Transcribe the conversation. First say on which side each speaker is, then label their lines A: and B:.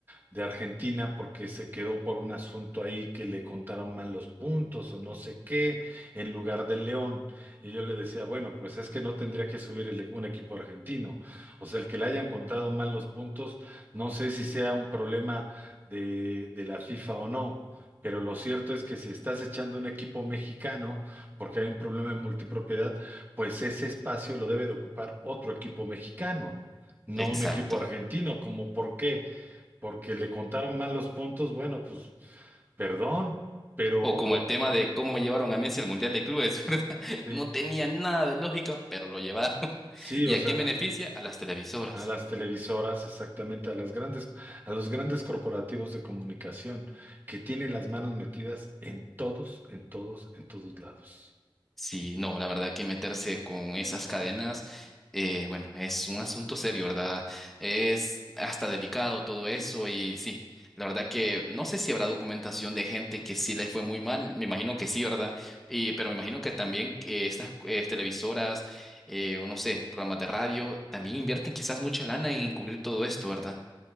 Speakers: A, on the right; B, in the centre.
A: de Argentina porque se quedó por un asunto ahí que le contaron mal los puntos o no sé qué en lugar del León. Y yo le decía, bueno, pues es que no tendría que subir el- un equipo argentino. O sea, el que le hayan contado mal los puntos, no sé si sea un problema de, de la FIFA o no. Pero lo cierto es que si estás echando un equipo mexicano, porque hay un problema en multipropiedad, pues ese espacio lo debe de ocupar otro equipo mexicano, no
B: Exacto.
A: un equipo argentino, como por qué porque le contaron mal los puntos, bueno, pues perdón, pero
B: O como el tema de cómo llevaron a Messi al Mundial de Clubes, <laughs> ¿verdad?
A: sí,
B: No tenía nada de lógica, pero lo llevaron. <laughs>
A: sí,
B: ¿Y
A: o
B: a
A: sea,
B: quién beneficia? A las televisoras.
A: a las televisoras, exactamente, a las grandes, a los grandes corporativos de comunicación que tienen las manos metidas en todos, en todos, en todos lados.
B: Sí, no, la verdad que meterse con esas cadenas, eh, bueno, es un asunto serio, ¿verdad? Es hasta delicado todo eso y sí, la verdad que no sé si habrá documentación de gente que sí le fue muy mal, me imagino que sí, ¿verdad? Y, pero me imagino que también eh, estas eh, televisoras, eh, o no sé, programas de radio, también invierten quizás mucha lana en cubrir todo esto, ¿verdad?